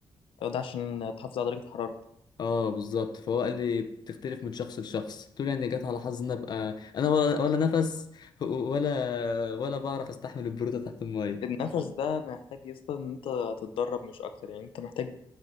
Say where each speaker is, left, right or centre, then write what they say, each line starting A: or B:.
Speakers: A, on the left; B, on the left.
A: آه، ده عشان تحافظ على درجه حرارتك
B: اه بالظبط فهو قال لي بتختلف من شخص لشخص قلت له يعني جت على حظ ان ابقى انا ولا, ولا نفس ولا ولا بعرف استحمل البروده تحت الميه
A: النفس ده محتاج يا اسطى ان انت تتدرب مش اكتر يعني انت محتاج